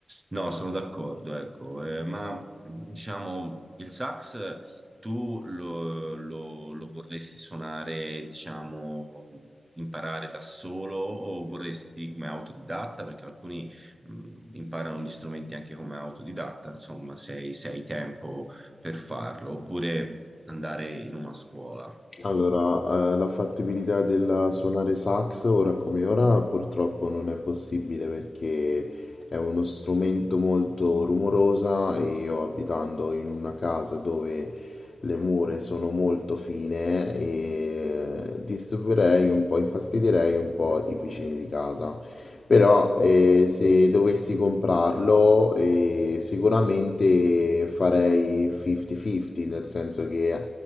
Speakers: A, on the right; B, on the left.
A: No, sono d'accordo, ecco, eh, ma diciamo il sax tu lo, lo- lo vorresti suonare, diciamo, imparare da solo o vorresti come autodidatta? Perché alcuni mh, imparano gli strumenti anche come autodidatta, insomma, se hai, se hai tempo per farlo, oppure andare in una scuola.
B: Allora, eh, la fattibilità del suonare sax ora come ora purtroppo non è possibile perché è uno strumento molto rumorosa e io abitando in una casa dove le mura sono molto fine e disturberei un po', infastidirei un po' i vicini di casa. Però eh, se dovessi comprarlo eh, sicuramente farei 50-50, nel senso che